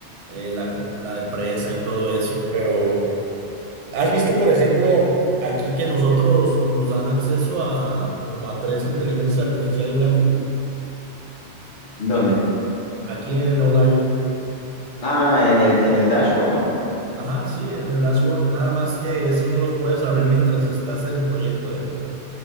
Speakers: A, on the right; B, on the left.
A: Eh, la, comp- la empresa y todo eso. Pero, ¿has visto, por ejemplo, aquí que nosotros nos dan acceso a como a tres inteligencias artificiales gratis?
B: ¿Dónde?
A: Aquí en Outlier.
B: Ah, en el, en el dashboard, ¿no?
A: Ajá, sí, en el dashboard. Nada más que estos no los puedes abrir mientras estás en proyecto, ¿eh?